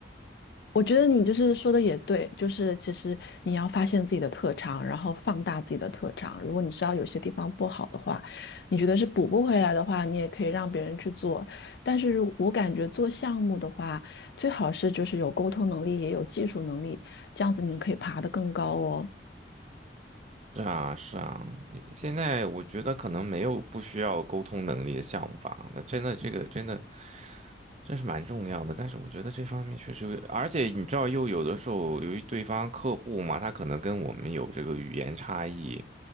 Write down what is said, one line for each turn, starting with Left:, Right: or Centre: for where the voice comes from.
Left: 我觉得你就是说的也对，就是其实你要发现自己的特长，然后放大自己的特长。如果你知道有些地方不好的话，你觉得是补不回来的话，你也可以让别人去做。但是我感觉做项目的话，最好是就是有沟通能力，也有技术能力，这样子你可以爬得更高哦。
Right: 是啊是啊，现在我觉得可能没有不需要沟通能力的项目吧，那真的这个真的。这是蛮重要的，但是我觉得这方面确实有，而且你知道，又有的时候由于对方客户嘛，他可能跟我们有这个语言差异，